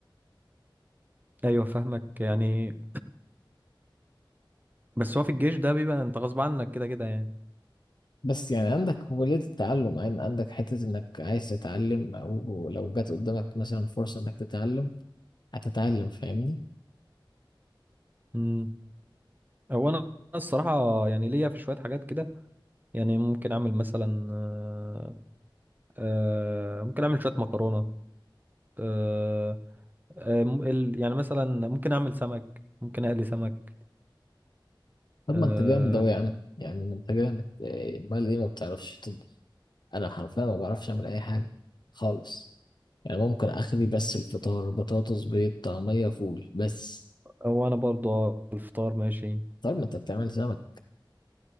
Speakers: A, on the right (about 20°); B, on the left (about 60°).
A: ايوه فاهمك يعني بس هو في الجيش ده بيبقى انت غصب عنك كده كده يعني
B: بس يعني عندك قابلية التعلم عن- عندك حتة انك عايز تتعلم او لو جات قدامك مثلا فرصة انك تتعلم هتتعلم فاهمني
A: امم هو انا الصراحة يعني ليا في شوية حاجات كده يعني ممكن اعمل مثلا آه، آه، ممكن اعمل شويه مكرونه آه، آه، م- ال- يعني مثلا ممكن اعمل سمك ممكن اقلي سمك
B: طب
A: آه،
B: ما انت جامد اوي يا عم يعني ما انت جامد إيه، امال ايه ما بتعرفش تطبخ انا حرفيا ما بعرفش اعمل اي حاجة خالص يعني ممكن اخلي بس الفطار بطاطس بيض طعمية فول بس
A: او انا برضه الفطار ماشي
B: طب ما انت بتعمل سمك